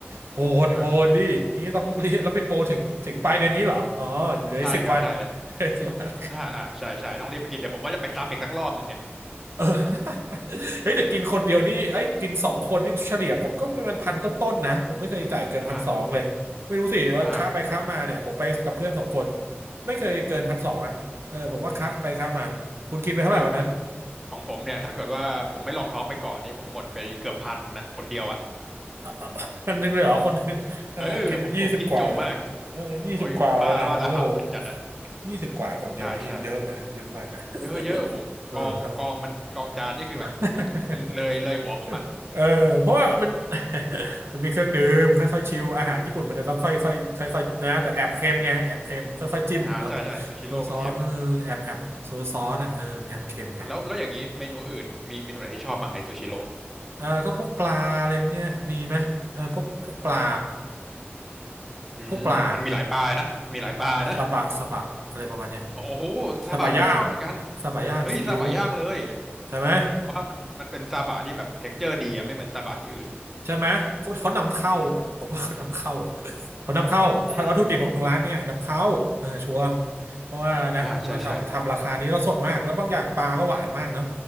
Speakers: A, on the right; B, in the centre.
A: โหดโหดดินี่ต้อง
B: โปรโหดมาก
A: <laughs> เรียนแล้วไม่โปรถึงถึงปลายเดือนนี้เหรออ๋อเหลือสิบวัน
B: ใช่ครับใช่
A: <laughs> เหลือสิบวัน
B: อ่าอ่าใช่ใช่ต้องรีบไปกินเดี๋ยวผมว่าจะไปซ้ำอีกสักรอบหนึ่งเนี่ย
A: เออ <laughs> เฮ้ยแต่กินคนเดียวนี่เอ้ยกินสองคนนี่เฉลี่ยผมก็เป็นพันต้นๆนะผมไม่เคยจ่ายเกินพันสองเลยไม่รู้สิว่าค้าไปค้ามาเนี่ยผมไปกับเพื่อนสองคน
B: อ่าอ่า
A: ไม่เคยเกินพันสองอ่ะเออผมว่าค้าไปค้ามาคุณกินไปเท่าไหร่วันนั้น
B: ผมคือของของผมเนี่ยถ้าเกิดว่าผมไม่ลองท้องไปก่อนนี่ผมหมดไปเกือบพันนะคนเดียวอ่ะ
A: <laughs> อันหนึงเลยเหรอคนหนึ่งเออกินยี่สิบกว่าเลยนะเออยี่สิบกว่าเลยนะโอ้โห
B: เออผมผมกินจุมากโอ้ยบ้าบ้าระห่ำจัดจัดอ่ะ
A: ยี่สิบกว่าคนเดียวนี่เยอะนะเยอะมากนะ
B: ใช่ใช่เยอะเยอะโหกองกองมันกองจานนี่คือแบบ
A: เออครับ <laughs>
B: เลยเลยหัวผมอ่ะ
A: เออเพราะว่ามัน <laughs> มันมีเครื่องดื่มค่อยๆชิลอาหารญี่ปุ่นมันจะต้องค่อยๆค่อยๆนะแต่แอบเค็มไงแอบเค็มค่อยๆจิ้มเนาะ
B: อ่าใช่ใช่ซูชิโร่เค็ม
A: โซซอสเออแอบแอบโซซอสอ่ะเออมันแอบเค็มไง
B: อ่ะแล้วแล้วอย่างนี้เมนูอื่นมีเมนูไหนที่ชอบบ้างในซูชิโร่
A: เออก็พวกปลาอะไรพวกเนี้ยมีไหมเออพวกพวกปลา
B: อืมมันมีหลายปลายนะมีหลายปลายนะ
A: พวกปลา สบะสบะอะไรประมาณเนี้ย
B: โอ้โหซาบะผมก็ชอบเหมือนกัน
A: สบะย่างสบะย่างซีอิ๊ว
B: เฮ้ยซาบะย่างเลย
A: ใช่ไหม
B: ผมว่ามันมันเป็นซาบะที่แบบเท็กเจอร์ดีอ่ะไม่เหมือนซาบะที่อื่น
A: ใช่ไหมเขาเขานำเข้าอ่ะผมว่าเขานำเข้าอะ
B: อืม
A: <laughs> เขานำเข้าวัตถุดิบของร้านเนี่ยนำเข้าเออชัวร์
B: อืม
A: เพราะว่านะมาทำทำราคานี้แล้วสดมากแล้วบางอย่างปลาก็หวานมากเนาะ
B: อ่าใช่ใช่